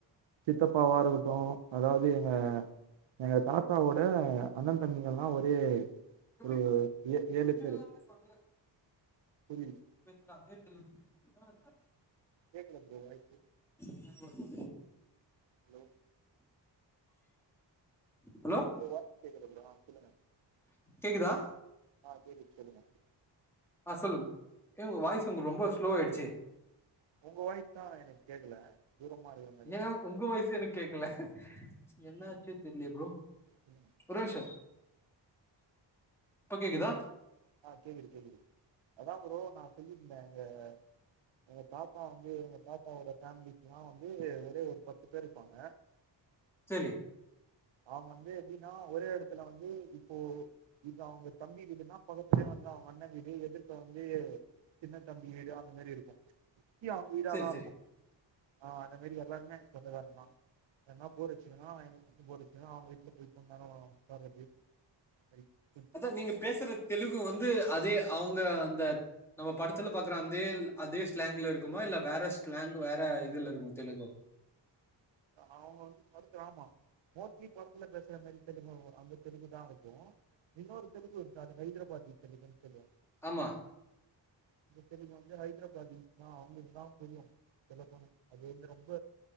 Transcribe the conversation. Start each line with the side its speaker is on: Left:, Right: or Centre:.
Right: சித்தப்பாவா இருக்கட்டு அதாவ்து எங்க எங்க தாத் தாவோட அண்ண தம்பிகல்லா ஒரே
Centre: எப்டி
Right: ஒரு
Centre: இப்போ
Right: ஏ ஏழு
Centre: ஒரிஜினலா
Right: பேரு
Centre: பேசுவாங்கல்ல
Right: புரியில
Centre: காதே <inaudible> எதனால
Right: கேக்குதா ப்ரோ வாய்ஸு
Centre: ஸ்லாங் வருமா?
Right: ஹலோ
Centre: ஹலோ
Right: <inaudible>
Centre: கேக்குதா
Right: அ கேக்குது சொல்லுங்க
Centre: அ சொல்லுங்க ஏ ஒங்க வாய்ஸ்
Right: ஆ
Centre: ஒங்க ரொம்ப ஸ்லோ ஆயிடுச்சு
Right: உங்க வாய்ஸ்தா எனக்கு கேக்கல தூரமா இருக்க
Centre: ஏங்க உங்க வாய்சு எனக்கு கேக்கல என்ன ஆச்சு தெரியலயே ப்ரோ
Right: சொல்லுங்க.
Centre: ஒருநிமிஷ இப்ப கேக்குதா
Right: <unintelligible> எங்க பாப்பா வந்து எங்க பாப்பாவோட ஃபேமிலிக்குல்லா வந்து ஒரே ஒரு பத்து பேர் இருக்காங்க
Centre: சரி
Right: அவங்க வந்து எப்டின்னா ஒரே எடத்துல வந்து இப்போ இது அவங்க தம்பி வீடுன்னா பக்கத்துலயே வந்து அவங்க அண்ணே வீடு எதுக்க வந்து சின்னத்தம்பி வீடு அந்த மாரி இருக்கு சுத்தி அவங்க வீடாதா
Centre: செரி செரி
Right: இருக்கு <unintelligible> <unintelligible>
Centre: மொத நீங்க பேசுற தெலுங்கு வந்து அதே அவங்க அந்த நம்ம படத்துல பாக்குற அதே அதே ஸ்லாங்க்ல இருக்குமா இல்ல வேற ஸ்லாங் வேற இதுல இருக்குமா தெலுங்கு
Right: அவங்க வந்து <unintelligible> மோஸ்ட்லி படத்துல பேசுற மாரி தெலுங்கு அந்த தெலுங்குதா இருக்கு இன்னொரு தெலுங்கு இருக்கு அது ஹைதராபாத் தெலுங்குன்னு சொல்லுவே
Centre: ஆமா
Right: சரிங்க வந்து ஹைதராபாத் தா அவங்களுக்குதா புரியும் அது வந்து ரொம்ப